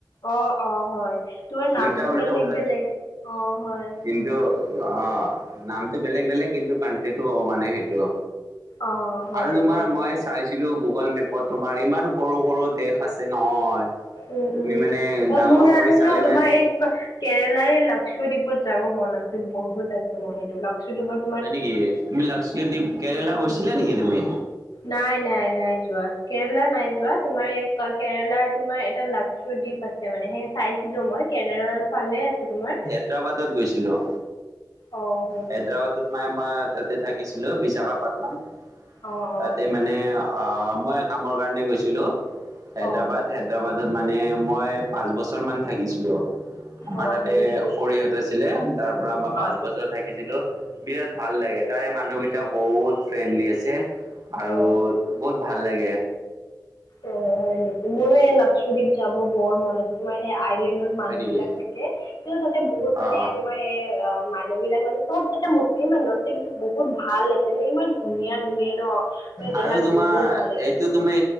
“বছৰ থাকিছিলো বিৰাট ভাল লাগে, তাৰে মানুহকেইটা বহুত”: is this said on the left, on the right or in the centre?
Right